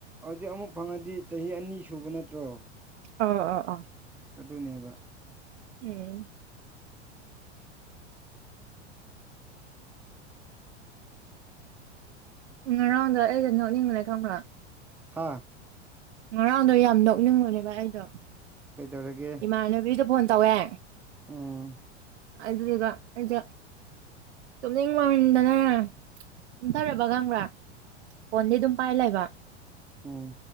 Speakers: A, in the centre; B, on the right.
A: ꯍꯧꯖꯤꯛ ꯑꯃꯨꯛ ꯐꯪꯉꯗꯤ ꯆꯍꯤ ꯑꯅꯤ ꯁꯨꯕ ꯅꯠꯇ꯭ꯔꯣ
B: ꯑꯣ ꯑꯣ ꯑꯣ
A: ꯑꯗꯨꯅꯦꯕ
B: ꯎꯝ ꯉꯔꯥꯡꯗꯣ ꯑꯩꯗꯤ ꯅꯣꯛꯅꯤꯡꯕꯅ‌ꯦ ꯈꯪꯕ꯭ꯔꯥ
A: ꯍꯥꯥ
B: ꯉꯔꯥꯡꯗꯣ ꯌꯥꯝ ꯅꯣꯛꯅꯤꯡꯕꯅꯦꯕ ꯑꯩꯗꯣ
A: ꯀꯩꯗꯧꯔꯒꯦ
B: ꯏꯃꯥꯟꯅꯕꯤꯗ‌ꯣ ꯐꯣꯟ ꯇꯧꯋꯦ
A: ꯎꯝ
B: ꯑꯗꯨꯗꯒ ꯑꯗꯨꯖ ꯇꯨꯝꯅꯤꯡ ꯃꯃꯟꯗꯅ ꯀꯨꯝꯊꯔꯕ ꯈꯪꯕ꯭ꯔꯥ ꯐꯣꯟꯗꯤ ꯑꯗꯨꯝ ꯄꯥꯏ ꯂꯩꯕ
A: ꯑꯣꯝ